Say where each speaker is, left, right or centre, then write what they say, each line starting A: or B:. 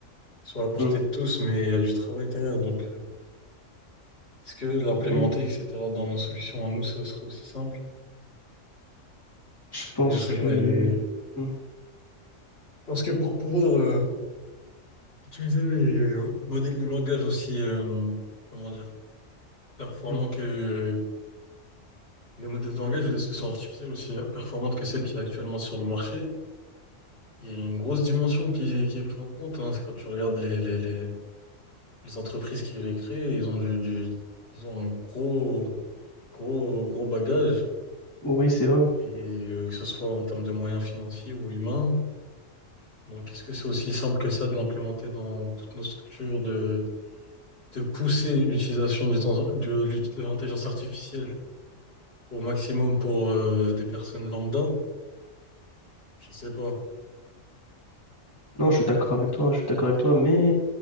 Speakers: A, on the left (about 50°); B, on the left (about 15°).
A: ils sont à la portée
B: Hmm.
A: de tous, mais il y a du travail derrière. Donc, euh, est-ce que l'implémenter,
B: Oui,
A: etc., dans nos solutions à nous, ça serait aussi simple?
B: je pense
A: Je sais
B: que.
A: pas, il y a des...
B: Hmm,
A: Parce que pour pouvoir euh, utiliser les modèles de langage aussi, euh, comment dire, performants
B: hmm.
A: que les modèles de langage ou les solutions artificielles aussi performantes que celles qui est actuellement sur le marché, il y a une grosse dimension qui, qui est prise en compte. hein. C'est quand tu regardes les, les, les- les entreprises qui les créent, ils ont du, du- ils ont un gros, gros, gros bagage,
B: Oui, c'est vrai.
A: et euh, que ce soit en termes de moyens financiers ou humains. Donc, est-ce que c'est aussi simple que ça de l'implémenter dans toutes nos structures, de, de pousser l'utilisation des en- de, l'ut- de l'intelligence artificielle au maximum pour euh, des personnes lambda? Je sais pas.
B: Non, je suis d'accord avec toi, je suis d'accord avec toi, mais,